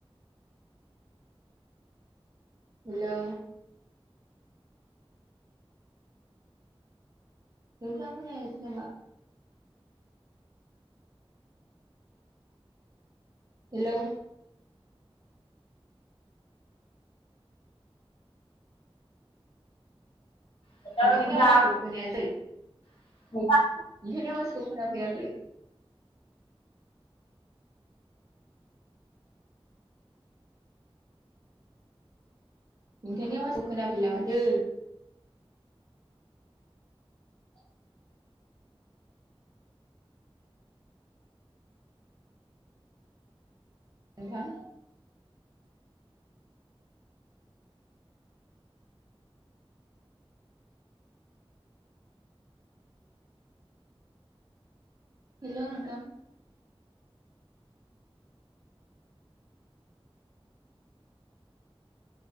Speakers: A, on the right; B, on the left.
A: हेलौ। नोंथाङा खोनायासै नामा? हेल'!
B: हेलौ
A: नोंथांनि
B: नोंथां
A: आवासखौ खोनायाखै।
B: <inaudible>
A: नोंथांनि आवासखौ खोनाफैयाखै। नोंथांनि आवासखौ खोनाफैला माथो? नोंथां। हेल' नोंथां।